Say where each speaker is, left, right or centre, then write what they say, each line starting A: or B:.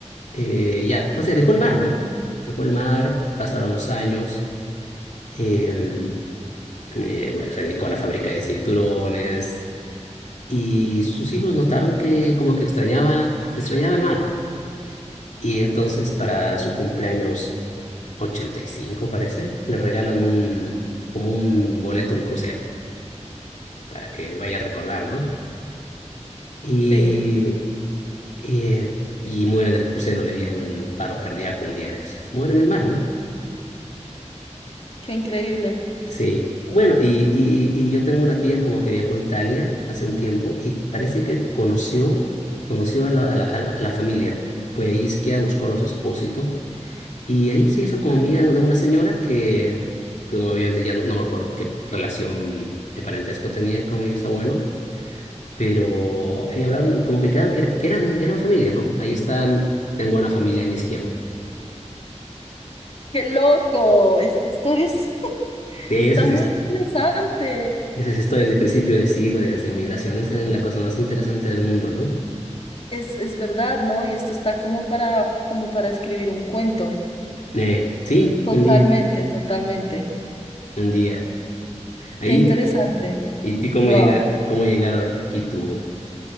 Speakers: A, on the left; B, on the left.
A: eh, ya, o sea, dejó el mar, ¿no? Dejó el mar, pasaron los años. em, eh, bueno, se dedicó a la fábrica de cinturones y sus hijos notaron que como que extrañaba, que extrañaba el mar. Y entonces para su cumpleaños 85, parece, le regalan un, como un boleto a un crucero. para que vaya a recordar, ¿no? Y,
B: Sí,
A: eh, y muere en el crucero, le viene un paro cardíaco un día de esos. Muere en el mar, ¿no?
B: qué increíble.
A: Sí. Bueno, y, y, y yo tengo una tía como que viajó a Italia hace un tiempo y parece que conoció, conoció a la, a la, a la a la familia. Fue a Ischia, buscó a los Espósito y ahí se hizo como amiga de una señora que, que obviamente ya no, no me acuerdo qué relación de parentesco tenía con mi bisabuelo pero ahí hablaron y como que quedaron que, era- que eran, eran familia, ¿no? Ahí están, tengo una familia en Isquia aún.
B: Qué loco, esta historia es- <laughs>
A: Sí, esa
B: está
A: es,
B: muy
A: hist-
B: interesante.
A: esa es historia desde el principio de siglo, de las inmigraciones, es la cosa más interesante del mundo, ¿no?
B: Es, es verdad, ¿no? Y esto está como para, como para escribir un cuento.
A: Eh, sí,
B: Totalmente,
A: un día,
B: totalmente.
A: un día. Ahí,
B: Qué interesante.
A: y, y cómo
B: Wow.
A: llegar, cómo llegaron aquí tu,